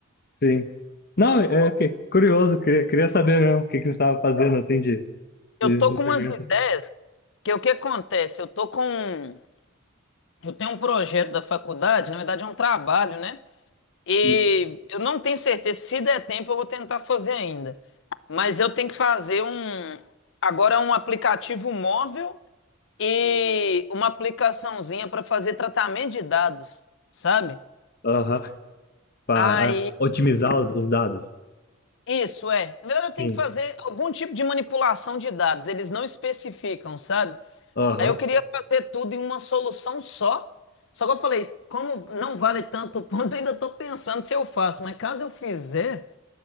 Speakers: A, on the left (about 50°); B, on the left (about 60°).
A: Sim. Não, é que curioso, queria, queria saber mesmo o que, que você estava fazendo assim de
B: Eu
A: de
B: tô
A: desenvolvimento.
B: com umas ideias que o que acontece? Eu tô com. um, Eu tenho um projeto da faculdade, na verdade é um trabalho, né? E
A: Sim.
B: eu não tenho certeza, se der tempo eu vou tentar fazer ainda. Mas eu tenho que fazer um, agora um aplicativo móvel e uma aplicaçãozinha para fazer tratamento de dados, sabe?
A: Aham, para
B: Aí,
A: otimizar os, os dados.
B: isso é. Na verdade,
A: Sim.
B: eu tenho que fazer algum tipo de manipulação de dados, eles não especificam, sabe?
A: Aham.
B: Aí eu queria fazer tudo em uma solução só. Só que eu falei, como não vale tanto ponto, <laughs> eu ainda estou pensando se eu faço, mas caso eu fizer.